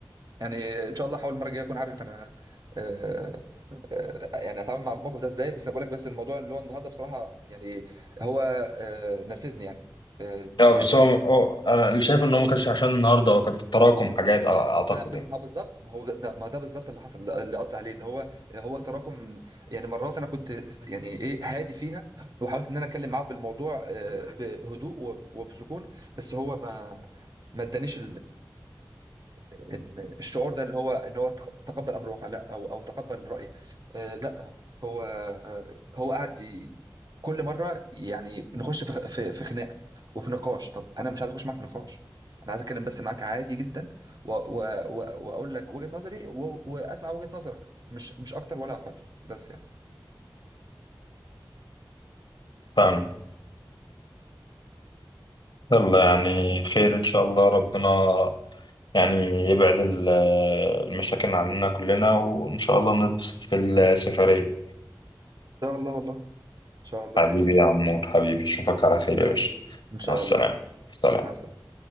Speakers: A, on the right; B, on the left.
A: يعني ان شاء الله احاول المره الجايه اكون عارف انا آه، آه، يعني اتعامل مع الموقف ده ازاي بس انا بقول لك بس الموضوع اللي هو النهارده بصراحه يعني هو آه، نرفزني يعني آه، يعني
B: بس هو هو- انا اللي شايف ان هو ما كانش عشان النهارده هو كان تراكم حاجات أع- اعتقد
A: أنا بز...
B: يعني
A: ما بالظبط ما هو ده ما ده بالظبط اللي حصل اللي قصدي عليه ان هو هو تراكم يعني مرات انا كنت يعني ايه هادي فيها وحاولت ان انا اتكلم معاه في الموضوع آه، ب- بهدوء وب- وبسكون بس هو ما ما ادانيش ال- الشعور ده اللي هو ان هو تق- تقبل امر واقع لا او او تقبل راي آه، لا هو آه، هو قاعد ي- كل مره يعني نخش في خ- في في خناق وفي نقاش طب انا مش عايز اخش معاك في نقاش انا عايز اتكلم بس معاك عادي جدا و- و- و- واقول لك وجهه نظري و- واسمع وجهه نظرك مش مش اكتر ولا اقل بس يعني
B: فاهم يلا يعني خير ان شاء الله ربنا يعني يبعد ال- المشاكل عننا كلنا وان شاء الله نتبسط في السفرية
A: ان شاء الله والله ان شاء الله
B: حبيبي
A: يا زيزو
B: يا عمور حبيبي اشوفك على خير
A: يلا
B: يا باشا
A: ان شاء
B: مع السلامة
A: الله
B: سلام
A: مع السلامه